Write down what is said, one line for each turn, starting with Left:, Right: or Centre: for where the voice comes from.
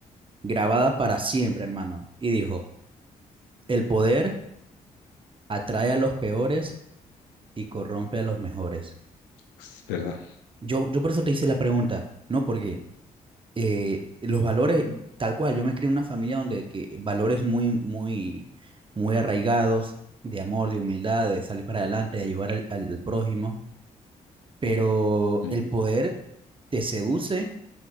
Right: grabada para siempre, hermano. Y dijo, el poder atrae a los peores y corrompe a los mejores.
Left: Es verdad.
Right: Yo, yo por eso te hice la pregunta, ¿no? Porque eh, los valores, tal cual, yo me crié en una familia donde que valores muy, muy, muy arraigados de amor, de humildad, de salir para adelante, de ayudar al, al al prójimo. pero
Left: Mm.
Right: el poder te seduce